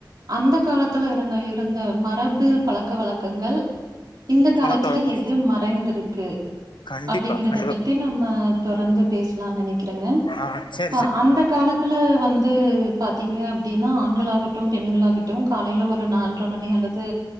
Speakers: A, on the right; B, on the left.
A: அந்த காலத்துல இருந்த இருந்த ம அரபு பழக்க வழக்கங்கள் இந்த
B: பழக்க
A: காலத்துல
B: வழக்கம்
A: எது மறைந்திருக்கு
B: கண்டிப்பா
A: அப்படிங்கறத
B: கண்டிப்பா
A: பத்தி நம்ம தொடர்ந்து பேசலாம்னு நினைக்கிறேங்க
B: அ சே
A: அ அந்த காலத்துல வந்து பாத்தீங்க அப்டின்னா ஆண்கள் ஆகட்டும் பெண்களாகட்டும் காலையில ஒரு நாலரை மணி அல்லது